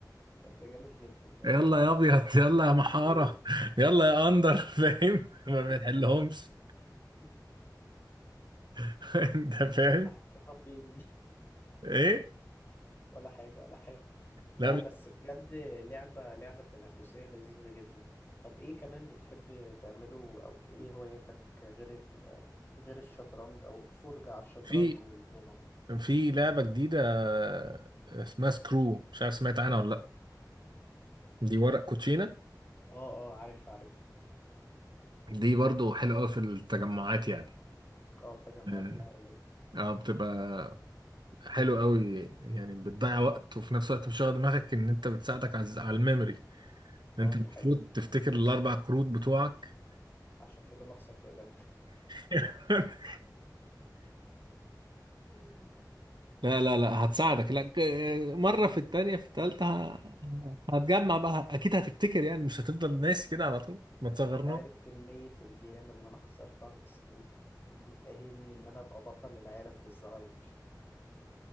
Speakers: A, on the left (about 30°); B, on the right (about 85°).
A: طب ده جامد جدا ده
B: يلا يا ابيض يلا يا محاره يلا يا اندر فاهم <laughs> ما بنحلهمش
A: <laughs>
B: <laughs> انت فاهم
A: احطها فين دي
B: ايه
A: ولا حاجة ولا حاجة لا
B: لا
A: بس بجد لعبة لعبة تنافسية لذيذة جدا طب ايه كمان بتحب تعمله او ايه هواياتك غير ال... غير الشطرنج او الفرجة على الشطرنج
B: في
A: والدومينو
B: في لعبه جديده آه، اسمها سكرو مش عارف سمعت عنها ولا لا دي ورق كوتشينه
A: اه اه عارف عارف
B: دي برضو حلوه قوي في التجمعات يعني
A: اه التجمعات
B: اه
A: العائلية
B: آه، بتبقى حلو قوي يعني بتضيع وقت وفي نفس الوقت بتشغل دماغك ان انت بتساعدك على على الميموري
A: اه
B: ان انت
A: دي
B: المفروض
A: حقيقة
B: تفتكر الاربع كروت بتوعك
A: عشان كده بخسر فيها دايما
B: <laughs>
A: <laughs>
B: لا لا لا هتساعدك
A: بس
B: لا ك- مرة في التانية في التالتة ه- هتجمع بقى أكيد هتفتكر يعني مش هتفضل ناسي كده على طول ما تصغرناش
A: انت عارف كمية الجيام اللي انا خسرتها في سكرو دي تأهلني ان انا ابقى بطل العالم في الزهايمر